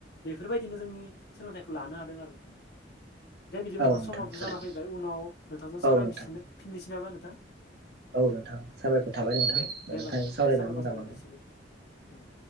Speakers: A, on the left; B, on the right.
A: बेफोरबायदिनो जोंनि सोलोंथाइखौ लानो हादों आरो नोंथां दे बिदिब्ला
B: औ
A: नोंथां समावथ'
B: थारैनो
A: जानानै फैबाय उनाव नोंथांजों सावराय
B: औ नोंथां
A: फिनो नोसै नामा नोंथां
B: औ नोंथां साबायखर थाबाय नोंथां
A: औ दे दे होमबा
B: नोंथांजों
A: नोंथां
B: सावरायना
A: दे साबायखर
B: मोजां
A: थाबाय
B: मोनबाय
A: नोंथांनिसिम औ